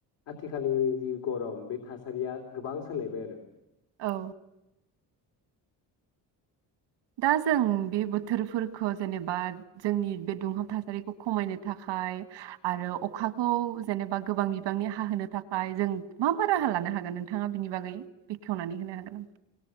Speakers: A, on the left; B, on the right.
A: आथिखालनि जि गरम बे थासारिया गोबां सालायबाय आरो।
B: औ। दा जों बे बोथोरफोरखौ जेनेबा जोंनि बे दुंहाव थासारिखौ खमायनो थाखाय आरो अखाखौ जेनेबा गोबां बिबांनि हाहोनो थाखाय जों मा बा राहा लानो हागोन। नोंथाङा बिनि बागै बेखेवनानै होनो हागोन नामा?